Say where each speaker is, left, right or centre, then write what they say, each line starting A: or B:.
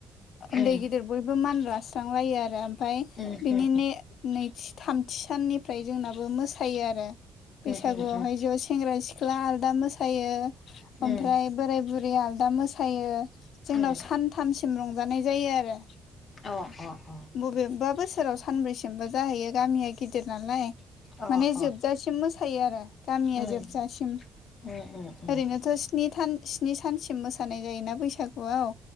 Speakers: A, on the left; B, on the left.
A: उन्दै
B: उम
A: गिदिर बयबो मानला स्रांलायो आरो ओमफ्राय
B: उम
A: बिनिनो
B: उम
A: नैथि थामथि साननिफ्राय जोंनाबो मोसायो आरो बैसागुआवहाय
B: उम उम
A: ज' सेंग्रा सिख्ला आलदा मोसायो ओमफ्राय
B: उम
A: बोराय बुरै आलदा दा मोसायो जोंनाव
B: अ
A: सानथामसिम रंजानाय जायो आरो
B: अ अ अ
A: बबेबा बोसोराव सानब्रैसिमबो जाहैयो गामिया गिदिर नालाय
B: अ
A: माने
B: अ
A: जोबजासिम मोसायो आरो गामिया
B: उम
A: जोबजासिम
B: उम उम उम
A: ओरैनोथ' स्नि सान स्नि सानसिम मोसानाय जायोना बैसागुआव